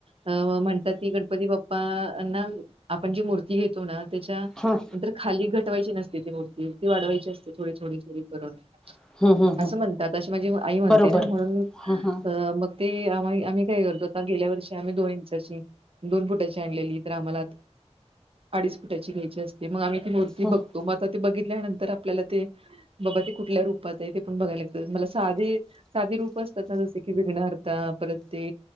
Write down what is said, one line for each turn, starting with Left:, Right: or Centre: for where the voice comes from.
Right: म्हण. ती गणपती बाप्पा ना आपण जी मूर्ती घेतो ना त्याच्या
Centre: हम्म
Right: नंतर खाली घटवायची नसते ती मूर्ती ती वाढवायची असते थोडी थोडी थोडी करून
Centre: हम्म हम्म हम्म
Right: असं म्हणतात अशी माझी आई म्हणते
Centre: बरोबर
Right: ना म्हणून
Centre: हम्म हम्म
Right: अ मग ते आम्हाही आम्ही काय करतो आता गेल्या वर्षी आम्ही दोन इंचाची दोन फुटाची आणलेली तर आम्हाला अडीच फुटाची घ्यायची असते मग आम्ही ी मूर्ती
Centre: हम्म
Right: बघतो मग आता ते बघितल्यानंतर आपल्याला ते बाबा ते कुठल्या रूपात आहे ते पण बघायला लागत मला साधे साधे रूप असतात ना जसे की विघणारता परत ते